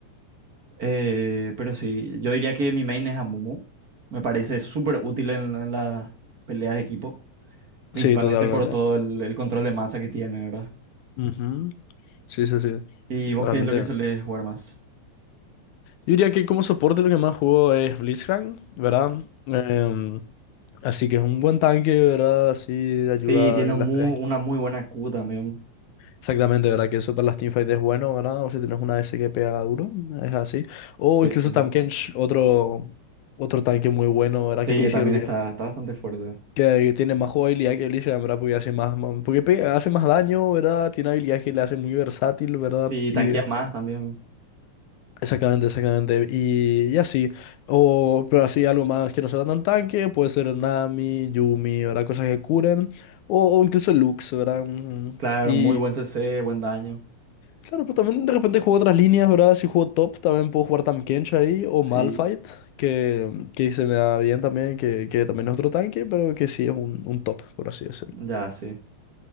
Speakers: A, on the right; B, on the left.
A: Eh, pero sí, yo diría que mi main es Amumu. Me parece súper útil en, en las peleas de equipo, principalmente
B: Sí, totalmente.
A: por todo el, el control de masa que tiene, ¿verdad?
B: Ujú. Sí, sí, sí,
A: ¿Y vos
B: realmente.
A: qué es lo que sueles jugar más?
B: Yo diría que como soporte lo que más juego es Blitzcrank, ¿verdad? Em, así que es un buen tanque, ¿verdad? Así de ayuda
A: Sí, tiene
B: en
A: mu-
B: las peleas.
A: una muy buena Q también.
B: Exactamente, ¿verdad? Que eso para las teamfights es bueno, ¿verdad? O si tienes una S que pega duro, es así. O
A: Sí,
B: incluso
A: sí.
B: Tamkench,
A: Sí,
B: otro, otro tanque muy bueno, ¿verdad?
A: Sí,
B: Que considero
A: también
B: que,
A: está, está bastante fuerte.
B: que tiene más jugabilidad que Elysian, ¿verdad? Porque hace más, más- porque pe- hace más daño, ¿verdad? Tiene habilidades que le hacen muy versátil, ¿verdad?
A: Sí,
B: Y
A: tanquea más también.
B: exactamente, exactamente. Y, y así. O, pero así algo más que no sea tan tanque, puede ser Nami, Yumi, ¿verdad? Cosas que curen. O, o incluso Lux, ¿verdad? Mm,
A: Claro,
B: Y
A: muy buen CC, buen daño.
B: Claro, pero también de repente juego otras líneas, ¿verdad? Si juego top, también puedo jugar Tamkench ahí, o
A: Sí,
B: Malphite, que, que se me da bien también, que, que también es otro tanque, pero que sí es un, un top, por así decirlo.
A: ya, sí.